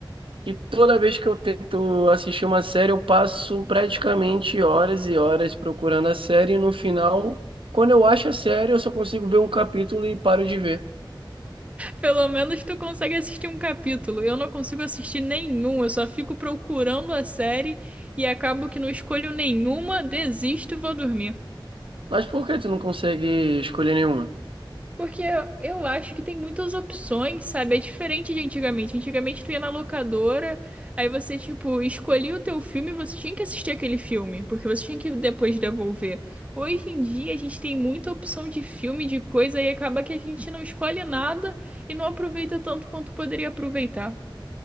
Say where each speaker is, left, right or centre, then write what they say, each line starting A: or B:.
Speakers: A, on the right (about 80°); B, on the right (about 15°).
A: E toda vez que eu tento assistir uma série, eu passo praticamente horas e horas procurando a série e no final, quando eu acho a série, eu só consigo ver um capítulo e paro de ver.
B: pelo menos tu consegue assistir um capítulo. Eu não consigo assistir nenhum. Eu só fico procurando a série e acabo que não escolho nenhuma, desisto e vou dormir.
A: Mas por que tu não consegue escolher nenhuma?
B: Porque eu, eu acho que tem muitas opções, sabe? É diferente de antigamente. Antigamente tu ia na locadora, aí você, tipo, escolhia o teu filme e você tinha que assistir aquele filme, porque você tinha que depois devolver. Hoje em dia a gente tem muita opção de filme, de coisa, e acaba que a gente não escolhe nada e não aproveita tanto quanto poderia aproveitar.